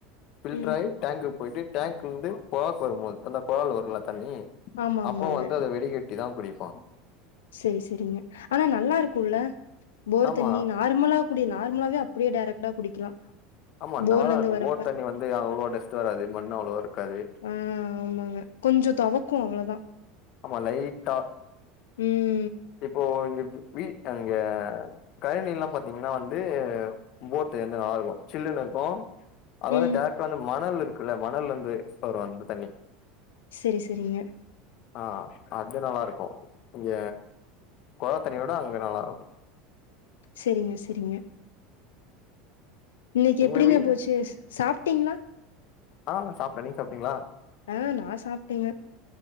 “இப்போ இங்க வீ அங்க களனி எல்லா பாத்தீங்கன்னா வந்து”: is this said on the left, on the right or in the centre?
Left